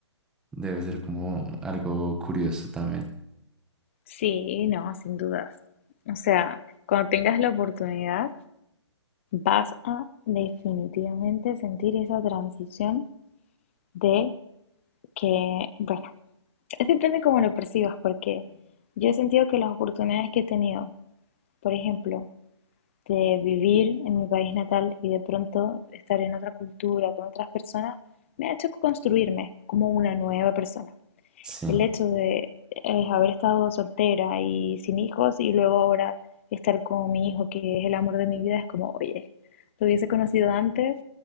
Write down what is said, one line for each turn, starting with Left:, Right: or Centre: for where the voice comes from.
Centre: Debe ser como algo curioso también.
Left: Sí, no, sin dudas. O sea, cuando tengas la oportunidad, vas a definitivamente sentir esa transición de que, bueno, <laughs> es depende cómo lo percibas, porque yo he sentido que las oportunidades que he tenido, por ejemplo, de vivir en mi país natal y de pronto estar en otra cultura, con otras personas, me ha hecho construirme como una nueva persona
Centre: Sí,
Left: el hecho de eh, haber estado soltera y sin hijos y luego ahora estar con mi hijo, que es el amor de mi vida, es como, oye, lo hubiese conocido antes